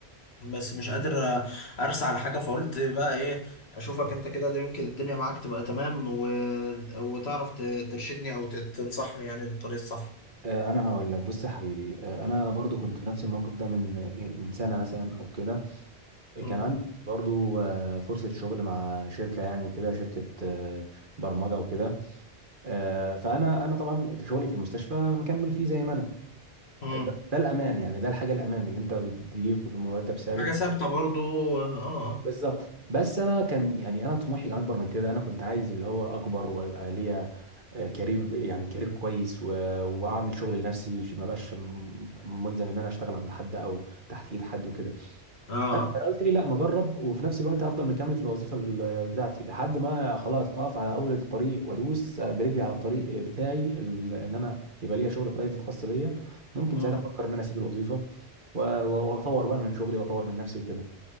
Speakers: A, on the left; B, on the right.
A: بس مش قادر آه، ارسى على حاجه فقلت بقى ايه اشوفك انت كده ده يمكن الدنيا معاك تبقى تمام و... وتعرف ت- ترشدني او ت- تنصحني يعني للطريق الصح
B: آه انا هقول لك بص يا حبيبي آه انا برضو كنت في نفس الموقف ده من آه، من سنه مثلا او كده آه،
A: مم.
B: كان عندي برضو آه فرصه شغل مع شركه يعني وكده شركه آه برمجه وكده آه فانا انا طبعا في شغلي في المستشفى مكمل فيه زي ما انا
A: مم.
B: آه، ده, ده الامان يعني ده الحاجه الامان اللي انت بتجيك في مرتب ثابت
A: حاجه ثابته برضو اه
B: بالظبط بس انا كان يعني انا طموحي كان اكبر من كده انا كنت عايز اللي هو اكبر ويبقى ليا آه، كارير ب- يعني كارير كويس و... واعمل شغل لنفسي ما بقاش م- ملزم ان انا اشتغل عند حد او تحت ايد حد وكده
A: اه
B: فانا
A: اه
B: قلت لي لا ما اجرب وفي نفس الوقت افضل مكمل في الوظيفه ال- بتاعتي لحد ما خلاص اقف على اول الطريق وادوس آه، برجلي على الطريق بتاعي ال- ان انا يبقى ليا شغل برايفت خاص بيا ممكن
A: مم.
B: ساعتها افكر ان انا اسيب الوظيفه و- و- واطور بقى من شغلي واطور من نفسي وكده